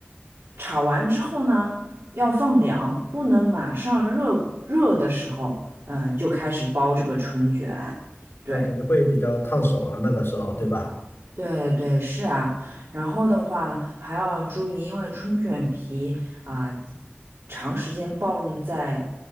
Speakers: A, on the right; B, on the left.
A: 炒完之后呢，要放凉，不能马上热热的时候，嗯、就开始包这个春卷。
B: 那肯定会比较烫手了，
A: 对，
B: 那个时候对吧？
A: 对对，是啊，然后的话还要注意，因为春卷皮啊，长时间暴露在